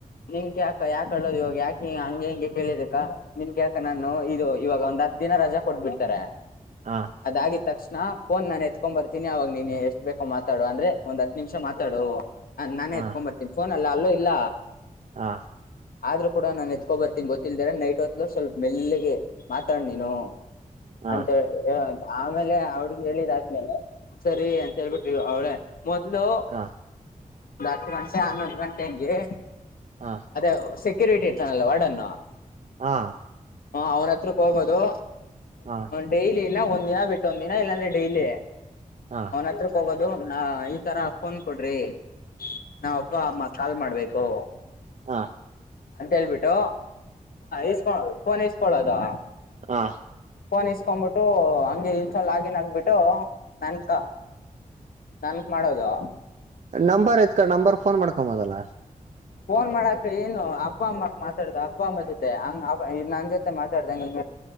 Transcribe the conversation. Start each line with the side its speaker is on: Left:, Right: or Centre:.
Left: ನಿನ್ ಕ್ಯಾಕ ಯಾತ ಹೇಳಳ್ಳೋದು ಇವಾಗ ಯಾಕೆ ಹಂಗೆ ಹಂಗೆ ಕೇಳಿದಕ್ಕ ನಿನ್ ಕ್ಯಾಕ ನಾನು ಇದು ಇವಾಗ ಒಂದ್. ದಿನ ರಜಾ ಕೊಟ್ಬಿಡ್ತಾರೆ
Right: ಹಾ
Left: ಅದಾಗಿತ್ತು. ತಕ್ಷಣ ಫೋನ್ ನಾನ ಎತ್ಕೊಂಡ್ ಬರ್ತೀನಿ ಅವಾಗ ನೀನು ಎಷ್ಟ ಬೇಕೋ ಮಾತಾವ ಅಂದ್ರೆ ಒಂದ್ ಹತ್ತು ನಿಮಷ ಮಾತಾವ.
Right: ಹಾ
Left: ಹಕೊಬರ್ತೀನಿ ಫೋನ್ ಅಲ್ಲ ಅಲ್ಲೂ ಇಲ್ಲ.
Right: ಹಾ
Left: ಆದ್ರೂ ಕೂಡ ನಾನ್ ಎತ್ಕೊ ಬರ್ತೀನಿ ಗೊತ್ತಿಲ್ದ ನೈಟ್ ಹೊತ್ ಸ್ವಲ್ಪ ಮೆಲ್ಗೆ. ಮಾತಾಡ್ ನೀನು
Right: ಹಾ
Left: ಅಂತಿ ಆಮೇಲೆ ಅವಡ್ಗ ಹೇಳಿದ. ಸರಿ ಅಂತ ಹೇಳ್ಬಿಟ್ರಿ ಅವಳೇ ಮೊದ್ಲು.
Right: ಹಾ
Left: ಹ ಗಂಷೆ ಹನ್ನೊಂದು ಗಂಟೆ ಹಂಗೆ
Right: ಹಾ
Left: ಅದೇ ಸೆಕ್ಯೂರಿಟಿ ಇರ್ತಾನಲ್ಲ ವಾಡನ್ನು.
Right: ಹಾ
Left: ಹ ಅವ್ನ ಹತ್ರಕ್ಕೆ ಹೋಗೋದು
Right: ಹಾ ಹಾ
Left: ಡೈಲಿ ಇಲ್ಲ ಒ. ಒಂದ್ ದಿನ ಬಿಟ್ಟೊಂದ್ ದಿನ ಇಲ್ಲಾಂದ್ರೆ ಡೈಲಿ
Right: ಹಾ
Left: ಅವನ ಹತ್ರಕ್ಕೆ ಹೋಗೋದು. ಒ ತರ ಫೋನ್ ಕೊಡ್ರಿ ನಾವ್ ಅಪ್ಪ ಅಮ್ಮ ಕಾಲ್ ಮಾಡ್ಬೇಕು.
Right: ಹಾ
Left: ಅಂತ ಹೇಳ್ಬಿಟ್ಟು ಇಸ್ಕೊ ಫೋನ್ ಇಸ್ಕೊಳ್ಳೋದು.
Right: ಹಾ
Left: ಫೋನ್ ಇಸ್ಕೊಂಡ್ಬಿಟ್ಟು ಹಂಗ ಇನ್ಸ್ಟ ಲಾಗಿನ್ ಆಗ್ಬಿಟ್ಟು ನನ್ಕ. ನನ್ಕ್ ಮಾಡೋದೂ.
Right: ನಂಬರ್ ಎತ್ಕೊ ನಂಬರ್ ಫೋನ್ ಮಾಡ್ಕೊ ಮೊದಲ್ಲ.
Left: ಫೋನ್ ಮಾಡಕ ಏನು ಅಪ್ಪ ಅಮ್ಮ ಮಾತಾಡ್ದ ಅಪ್ಪ ಅಮ್ಮ ಜೊತೆ ಹಂಗ ಅ ನನ್ ಜೊತೆ ಮಾತಾಡ್ದಂಗ.